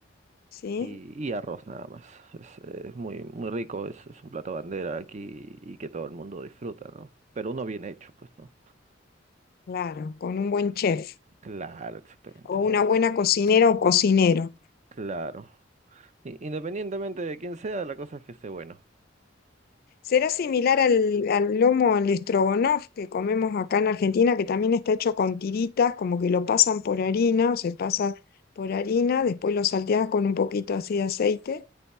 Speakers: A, on the left (about 50°); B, on the right (about 40°).
A: sí,
B: y, y arroz nada más. Es, es muy, muy rico, es, es un plato bandera aquí y que todo el mundo disfruta, ¿no? Pero uno bien hecho, pues, ¿no?
A: claro, con un buen chef
B: Claro, exactamente.
A: o una
B: o sea,
A: buena cocinera o cocinero.
B: claro. I- Independientemente de quién sea, la cosa es que esté bueno.
A: Será similar al, al lomo, al estrogonoff que comemos acá en Argentina, que también está hecho con tiritas, como que lo pasan por harina, o se pasa por harina, después lo salteas con un poquito así de aceite